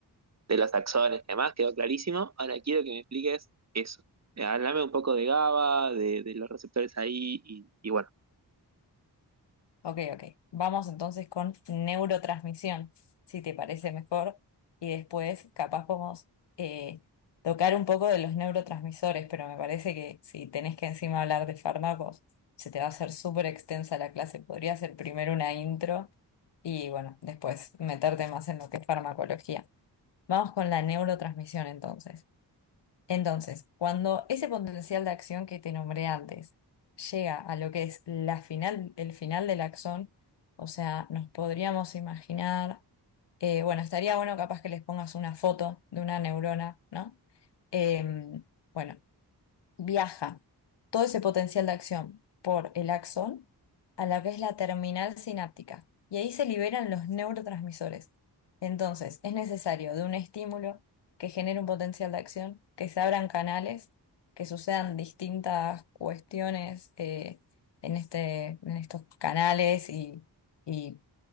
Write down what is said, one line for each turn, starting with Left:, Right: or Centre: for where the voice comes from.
Right: de los axones y demás, quedó clarísimo. Ahora quiero que me expliques eso. Eh, Háblame un poco de GABA, de, de los receptores ahí y, y bueno.
Left: Ok, ok. Vamos entonces con neurotransmisión, si te parece mejor. Y después capaz podemos eh, tocar un poco de los neurotransmisores, pero me parece que si tenés que encima hablar de fármacos, se te va a hacer súper extensa la clase. Podría ser primero una intro y bueno, después meterte más en lo que es farmacología. Vamos con la neurotransmisión entonces. Entonces, cuando ese potencial de acción que te nombré antes llega a lo que es la final, el final del axón, o sea, nos podríamos imaginar, eh, bueno, estaría bueno capaz que les pongas una foto de una neurona, ¿no? Em, bueno, viaja todo ese potencial de acción por el axón a la que es la terminal sináptica y ahí se liberan los neurotransmisores. Entonces, es necesario de un estímulo que genere un potencial de acción, que se abran canales, que sucedan distintas cuestiones eh, en este, en estos canales y, y